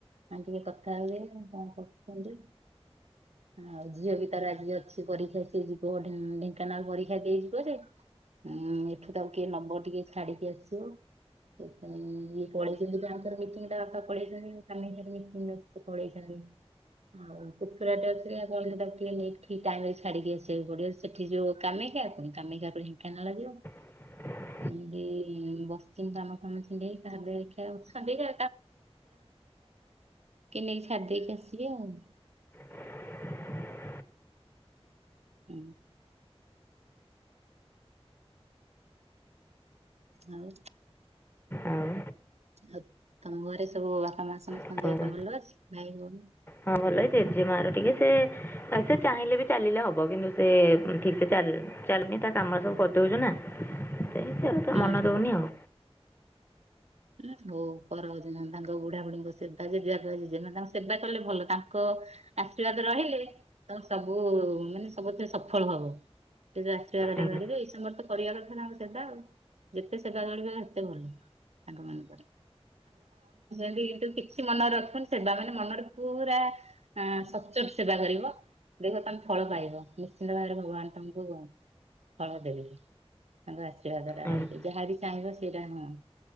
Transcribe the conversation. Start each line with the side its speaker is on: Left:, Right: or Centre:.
Right: ଆ ଟିକେ କଥା ହେଇଯାଏ କଣ କରୁଛନ୍ତି? ଆଉ ଝିଅ ବି ତାର ଆଜି ଅଛି ପରୀକ୍ଷା ସିଏ ଯିବ ଢେଙ୍କାନାଳ ପରୀକ୍ଷା ଦେଇଯିବ ଯେ ଉଁ ଏଠୁ ତାକୁ କିଏ ନବ ଟିକେ ଛାଡିକି ଆସିବ। ସେଥିପାଇଁ ଇଏ ପଳେଇଛନ୍ତି ତ ଆଙ୍କର ମିଟିଂ ଟା ତା ବାପା ପଳେଇଛନ୍ତି <unintelligible> ମିଟିଂ ଅଛି ସେ ପଳେଇଛନ୍ତି। <inaudible> ଆଉ କୁକୁୁର ଟାଏ ଅଛି କଣକୁ ଟିକେ ନେଇକି ଠିକ ଟାଇମ ରେ ଛାଡିକି ଆସିବାକୁ ପଡିବ ସେଠି ଯୋଉ କାମି କୁ କାମୀ କାକୁ ପୁଣି ଢେଙ୍କାନାଳ ଯିବ।
Left: <inaudible>
Right: <unintelligible> ଖାଇବ କି ନେଇ ଛାଡି ଦେଇେଇକି ଆସିବେ ଆଉ।
Left: <inaudible>
Right: ଉ। ଆଉ।
Left: ଆଉ
Right: ଆଉ ତମ ଘରେ ସବୁ ବାପା ମା ସମସ୍ତଙ୍କ
Left: ଆପଣ
Right: ଦେହ
Left: କୁହନ୍ତୁ
Right: ପାହ ଭଲଅଛି ଭାଇ ଭଉଣୀ?
Left: ହଁ ଭଲଇ ଜେଜେ ମା ର ଟିକେ ସେ ଆସେ ଚାହିଁଲେ ବି ଚାଲିଲେ ହବ କିନ୍ତୁ ସେ ଠିକ ସେ ଚା ଚାଲମି ତା କାମରେ ସବୁ କରିଦଉଚୁ ନା, ସେମିତି ତ
Right: ହୁଁ
Left: ମନ ରହୁନି ଆଉ।
Right: ନା ହଉ <unintelligible> ତାଙ୍କ ବୁଢା ବୁଢୀଙ୍କ ସେବା ଯଦି <unintelligible> ସେବା କଲେ ଭଲ ତାଙ୍କ ଆଶୀର୍ବାଦ ରହିଲେ ତମ ସବୁ ମାନେ ସବୁଥିରେ ସଫଳ ହବ। ସେ ଯଉ ଆଶୀର୍ବାଦଟା
Left: ଆଜ୍ଞା
Right: ନେଲି ଯେ ଏଇସମୟରେ ତ କରିବା କଥା ସେବା ଆଉ। ଯେତେ ସେବା କରିବେ ଏତେ ଭଲ ତାଙ୍କ ମାନଙ୍କର। <unintelligible> କିଛି ମନରେ ରଖ ସେବା କଲେ ନା ମନରେ ପୁରା ଆ ସଚ ସେବା କରିବ ଦେଖ ତମ୍ ଫଳ ପାଇବ ନିଶ୍ଚିନ୍ତ ଭାବରେ ଭଗବାନ ତମକୁ ଫଳ ଦେଲି ତାଙ୍କ ଆଶୀର୍ବାଦ ଟା
Left: ଆଜ୍ଞା
Right: ରହିକି ଯାହାବି ଚାହିଁବ ସେଇଟା ହ